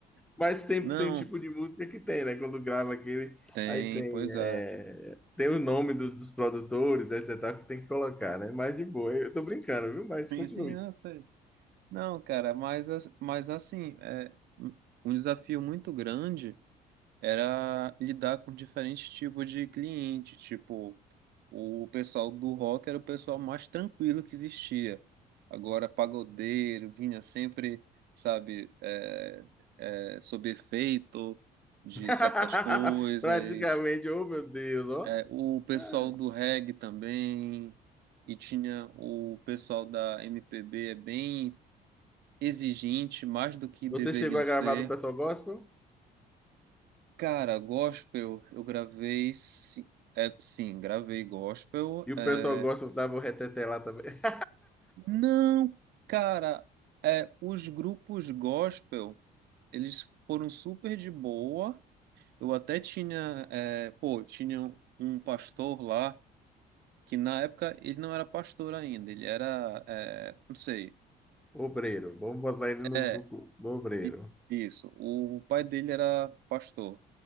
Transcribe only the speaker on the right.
Não,
tem,
pois é.
Sim,
sim, não sei. Não, cara, mas, as- mas assim, é um um desafio muito grande. era lidar com diferentes tipos de cliente. Tipo, o pessoal do rock era o pessoal mais tranquilo que existia. Agora, pagodeiro vinha sempre, sabe, é, é, sob efeito de
certas coisas.
É, o pessoal
do reggae também. E tinha o pessoal da MPB, é bem exigente, mais do que
deveriam
ser.
Cara, gospel, eu gravei. Sim, é, sim, gravei gospel.
é,
Não, cara, é, os grupos gospel, eles foram super de boa. Eu até tinha. é, Pô, tinha um um pastor lá, que na época ele não era pastor ainda, ele era. é, Não sei.
é,
I- Isso. O pai dele era pastor.